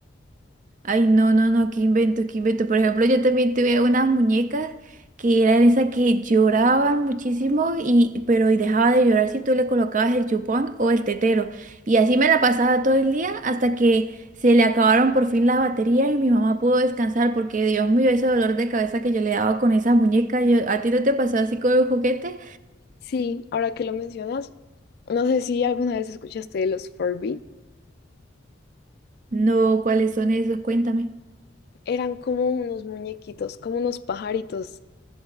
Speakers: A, on the right; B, on the left.
A: Ay, no, no, no, qué invento, qué invento. Por ejemplo, yo también tuve unas muñecas que eran esas que lloraban muchísimo y, pero y dejaba de llorar si tú le colocabas el chupón o el tetero. Y así me la pasaba todo el día hasta que se le acabaron por fin las baterías y mi mamá pudo descansar porque Dios mío, ese dolor de cabeza que yo le daba con esa muñeca. Yo, ¿a ti no te pasó así con un juguete?
B: Sí, ahora que lo mencionas, no sé si alguna vez escuchaste de los Furby.
A: No, ¿cuáles son esos? Cuéntame.
B: Eran como unos muñequitos, como unos pajaritos